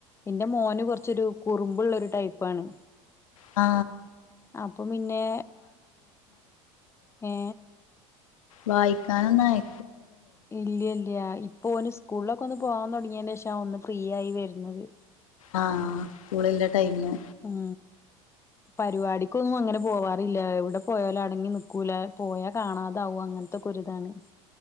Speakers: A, on the left; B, on the left.
A: എന്റെ മോന് കുറച്ചൊരു കുറുമ്പുള്ളൊരു ടൈപ്പാണ്
B: ആ
A: അപ്പൊ പിന്നെ ഏ
B: വാഴിക്കാനൊന്നയ്
A: ഇല്ല ഇല്ല്യാ ഇപ് ഇപ്പോ ഓന് സ്കൂളിലൊക്കെ ഒന്ന് പോകാൻ തുടങ്ങിയതിന് ശേഷ ആ ഒന്ന് ഫ്രീ ആയി വരുന്നത്
B: ആഹ സ്കൂളില്ല ടൈമിന്
A: ഉം പരിപാടിക്കൊന്നും അങ്ങന പോവാറില്ല എവിടെ പോയാലോ അടങ്ങി നിൽക്കൂല പോയാ കാണാതാവും അങ്ങനത്തെൊക്കെ ഒരിതാണ്